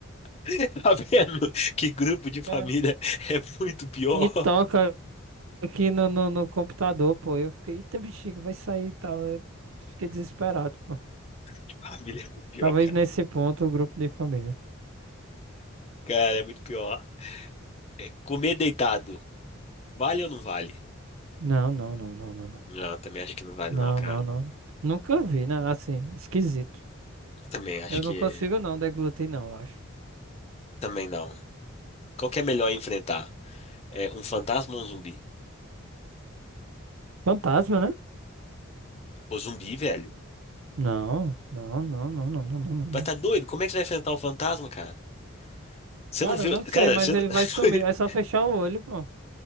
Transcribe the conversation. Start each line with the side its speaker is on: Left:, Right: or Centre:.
Left: <laughs> Tá vendo? Que grupo de família
Right: Cara,
Left: é muito
Right: e
Left: pior.
Right: e toca aqui no, no, no computador, pô. Eu fiquei, eita bexiga, vai sair e tal. Eu fiquei desesperado, pô.
Left: <laughs> Família é muito pior,
Right: Talvez
Left: cara.
Right: nesse ponto o grupo de família.
Left: Cara, é muito pior. É, Comer deitado, vale ou não vale?
Right: Não, não, não, não, não, não.
Left: Não, eu também acho que não vale,
Right: Não,
Left: não, cara.
Right: não, não. Nunca vi, né? Assim, esquisito.
Left: Também acho
Right: Eu
Left: que.
Right: não consigo não deglutir, não, eu acho.
Left: Também não. Qual que é melhor enfrentar? É um fantasma ou um zumbi?
Right: Fantasma, né?
Left: Pô, zumbi, velho.
Right: Não, não, não, não, não, não, não, não. não.
Left: Mas tá doido? Como é que você vai enfrentar um fantasma, cara? Você
Right: Cara,
Left: não vê.
Right: não sei,
Left: Cara,
Right: mas
Left: você.
Right: ele vai sumir.
Left: <laughs>
Right: É só fechar o olho, pô.